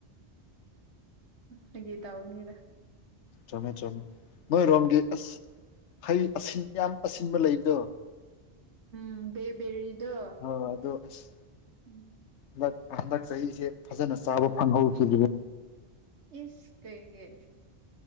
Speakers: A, on the right (about 75°); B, on the left (about 85°).
A: ꯐꯥꯒꯤ ꯇꯥꯎꯕꯅꯤꯗ
B: ꯆꯨꯝꯃꯦ ꯆꯨꯝꯃꯦ ꯃꯣꯏ ꯔꯣꯝꯒ ꯑꯁ ꯍꯩ ꯑꯁꯤꯟ ꯌꯥꯝ ꯑꯁꯤꯟꯕ ꯂꯩꯕꯗꯣ
A: ꯎꯝ ꯕ‌ꯦ ꯕ‌ꯦꯔꯤꯗꯣ
B: ꯑ ꯑꯗꯣ ꯑꯁ
A: ꯎꯝ
B: ꯍꯟꯗꯛ ꯍꯟꯗꯛ ꯆꯍꯤꯁꯦ ꯐꯖꯅ ꯆꯥꯕ ꯐꯪꯍꯧꯈꯤꯗ꯭ꯔꯤꯌ‌ꯦ
A: ꯏꯁ ꯀꯩꯒꯤ